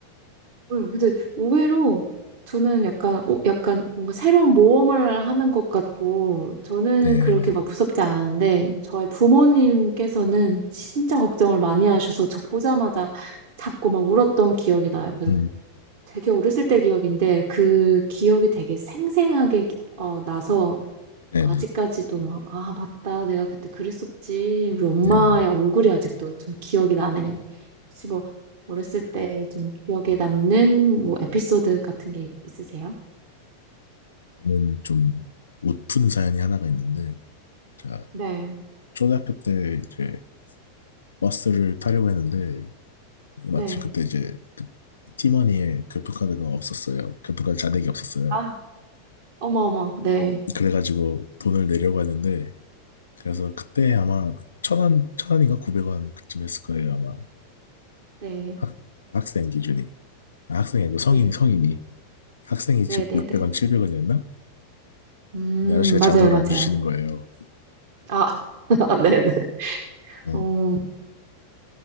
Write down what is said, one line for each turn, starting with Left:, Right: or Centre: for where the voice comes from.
Right: 네, 근데 의외로 저는 약간, 어, 약간 뭔가 새로운 모험을 하는 것 같고, 저는
Left: 네,
Right: 그렇게
Left: 네.
Right: 막 무섭지 않은데, 저의 부모님께서는 진짜 걱정을 많이 하셔서 저 보자마자 잡고 막 울었던 기억이 나요. 그래서
Left: 음,
Right: 되게 어렸을 때 기억인데, 그 기억이 되게 생생하게 어, 나서
Left: 네,
Right: 아직까지도
Left: 네,
Right: 막, 아, 맞다. 내가 그때 그랬었지. 우리 엄마의
Left: 네, 네.
Right: 얼굴이 아직도 좀 기억이 나네. 혹시 뭐, 어렸을 때 좀 기억에
Left: 음,
Right: 남는 뭐 에피소드 같은 게 있으세요?
Left: 저는 좀 웃픈 사연이 하나가 있는데, 제가
Right: 네,
Left: 초등학교 때 이제 버스를 타려고 했는데 마침
Right: 네.
Left: 그때 이제 그 티머니에 교통카드가 없었어요. 교통카드 잔액이 없었어요.
Right: 아, 어머, 어머. 네,
Left: 그래가지고 돈을 내려고 하는데 그래서 그때 아마 천 원, 천 원인가 구백 원 그쯤 했을 거예요, 아마.
Right: 네,
Left: 학, 학생 기준이. 아, 학생이 아니고 성인이,
Right: 네,
Left: 성인이. 학생이
Right: 네,
Left: 즉
Right: 네,
Left: 600원,
Right: 네.
Left: 700원이었나?
Right: 음,
Left: 근데 아저씨가
Right: 맞아요,
Left: 잔돈을
Right: 맞아요.
Left: 안 주시는 거예요.
Right: 아, <laughs> 네, 네.
Left: 네.
Right: 어,